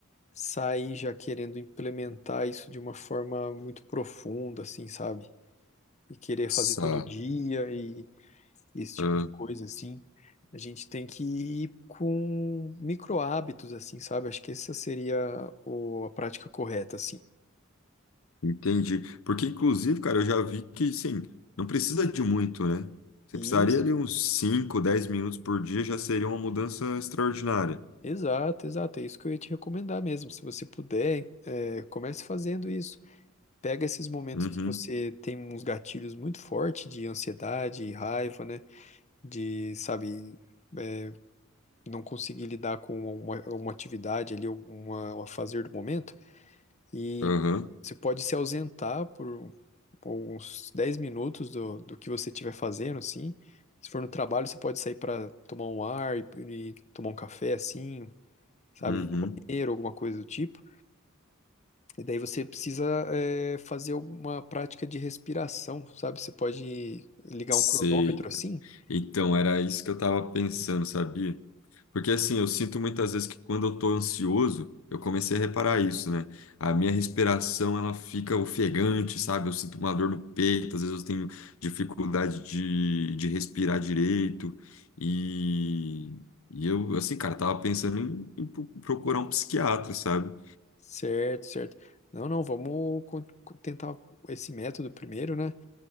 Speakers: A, on the left; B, on the left.
A: sair já querendo implementar isso de uma forma muito profunda, assim, sabe? E querer fazer
B: Sá.
A: todo dia e esse tipo
B: Ah,
A: de coisa, assim. A gente tem que ir com micro hábitos, assim, sabe? Acho que essa seria o- a prática correta, assim.
B: entendi. Porque inclusive, cara, eu já vi que sim, não precisa de muito, né? Você
A: E
B: precisaria
A: Isso,
B: de uns 5, 10 minutos por dia já seria uma mudança extraordinária.
A: exato, exato. É isso que eu ia te recomendar mesmo. Se você puder, é, comece fazendo isso. pega esses momentos
B: Uhum.
A: que você tem uns gatilhos muito fortes de ansiedade, raiva, né? De, sabe, é, não conseguir lidar com uma, uma atividade ali, uma, um fazer do momento, e
B: Aham.
A: você pode se ausentar por uns 10 minutos do, do que você estiver fazendo, assim. Se for no trabalho, você pode sair para tomar um ar e, e tomar um café, assim, sabe,
B: Uhum.
A: ir no banheiro, alguma coisa do tipo. E daí você precisa é, fazer alguma prática de respiração, sabe? Você pode ligar
B: Sei,
A: um cronômetro
B: cara.
A: Sim. assim?
B: Então era isso que eu tava pensando, sabia? Porque assim, eu sinto muitas vezes que quando eu tô ansioso, eu comecei a reparar isso, né? A minha respiração, ela fica ofegante, sabe? Eu sinto uma dor no peito, às vezes eu tenho dificuldade de, de respirar direito. E, e eu, assim, cara, tava pensando em, em pro- procurar um psiquiatra, sabe?
A: Certo, certo. Não, não, vamos con- con- tentar esse método primeiro, né?